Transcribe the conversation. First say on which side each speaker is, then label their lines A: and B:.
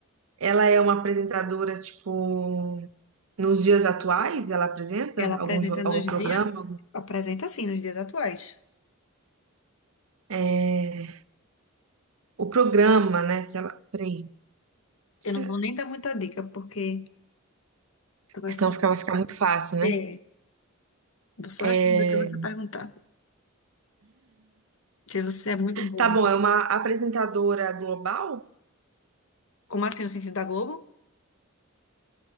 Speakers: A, on the right; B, on the left.
A: ela é uma apresentadora, tipo, nos dias atuais, ela apresenta
B: Ela apresenta
A: algum, jo-
B: nos
A: algum programa?
B: dias,
A: algum-
B: apresenta sim, nos dias atuais.
A: É, o programa, né, que ela... Peraí, se-
B: Eu não vou nem dar muita dica, porque tu vai
A: senão
B: saber.
A: fica- vai ficar muito fácil, né?
B: É, vou só
A: É,
B: responder o que você perguntar, que você é muito boa.
A: tá bom, é uma apresentadora global?
B: Como assim, no sentido da Globo?